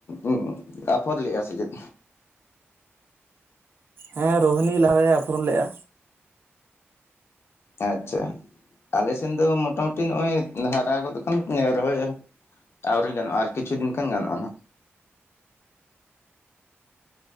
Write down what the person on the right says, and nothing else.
ᱦᱮᱸ ᱨᱳᱦᱤᱱᱤ ᱞᱟᱦᱟᱨᱮ ᱟᱯᱷᱳᱨ ᱞᱮᱫᱼᱟ